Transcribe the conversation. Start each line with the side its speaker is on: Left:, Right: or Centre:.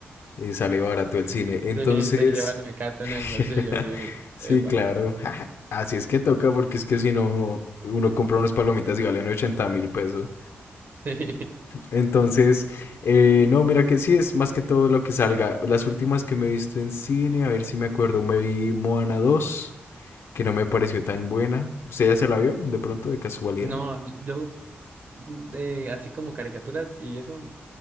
Left: eh, sale barato el cine. Entonces,
Right: Sí, se lleva el mecato
Left: <laughs>
Right: en el bolsillo, sí,
Left: sí,
Right: epa.
Left: claro,
Right: <laughs>
Left: <laughs> así es que toca porque es que si no, uno compra unas palomitas y valen ochenta mil pesos.
Right: Sí.
Left: Entonces, eh, no, mira que sí, es más que todo lo que salga. Las últimas que me he visto en cine, a ver si me acuerdo, me vi Moana dos, que no me pareció tan buena. ¿Usted ya se la vio de pronto, de casualidad?
Right: No, a mí- yo de, así como caricaturas y eso,